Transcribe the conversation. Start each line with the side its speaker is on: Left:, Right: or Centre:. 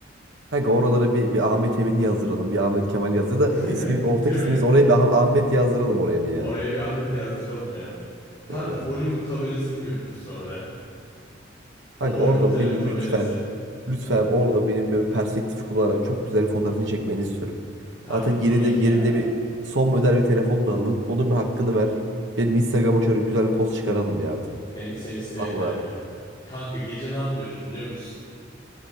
Right: Kanka oralara bir, bir Ahmet Emin yazdıralım. Bir Ahmet Kemal yazdı da
Left: <laughs>
Right: ismi, ortak
Left: Değil mi?
Right: ismimiz oraya bir Ah- Ahmet yazdıralım oraya bir ya.
Left: Oraya bir Ahmet yazdıralım ya. Kanka
Right: Evet.
Left: Hollywood tabelasını görürüz sonra. O
Right: Kanka
Left: Hollywood
Right: orada
Left: tale-
Right: benim
Left: tabelası.
Right: lütfen lütfen orada benim böyle perspektif kullanarak çok güzel bir fotoğrafını çekmeni istiyorum.
Left: Kanka
Right: Zaten
Left: tabii
Right: yeni de
Left: ki
Right: yerinde
Left: ya.
Right: bir son model bir telefon da aldın. Onun bir hakkını ver. Benim Instagram'a şöyle güzel bir post çıkaralım ya artık.
Left: Sen, sen iste
Right: Valla.
Left: yeter ya. Kanka gece ne yapıyoruz biliyor musun?